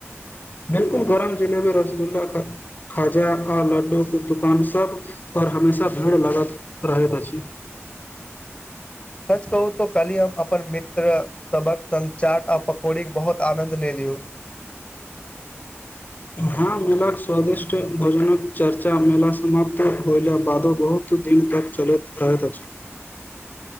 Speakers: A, on the left; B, on the left.
A: बिलकुल गरम जिलेबी रसगुल्ला खाजा आ लड्डू दुकान सब आओर हमेशा भीड़ लगत रहैत अछि
B: सच कहू त कली हम अपन मित्र सभक संचार आ पकौड़ी के बहुत आनन्द ले लियौ
A: हँ मेलाक के स्वादिष्ट भोजनक चर्चा मेला समाप्त होइला बादो बहुत दीन तक चलैत रहैत अछि
B: <inaudible>